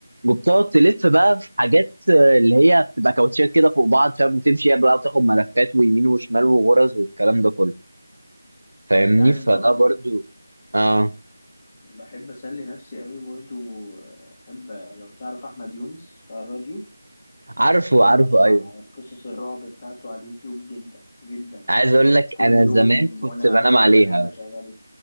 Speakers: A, on the right; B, on the left.
A: وبتقعد تلف بقى في حاجات آه، اللي هي بتبقى كاوتشات كده فوق بعض فاهم وتمشي بقى وتاخد ملفات ويمين وشمال وغرز والكلام ده كله فاهمني
B: أنت عارف
A: فده
B: برضو
A: برضو اه
B: بحب أسلي نفسي قوي برضو أحب لو تعرف أحمد يونس بتاع الراديو
A: عارفه
B: بحب
A: عارفه
B: اسمع
A: ايوه
B: قصص الرعب بتاعته على اليوتيوب جدا جدا
A: عايز اقول لك
B: كل
A: انا
B: يوم
A: زمان كنت
B: وانا
A: بنام
B: قبل
A: عليها
B: ما انام بشغله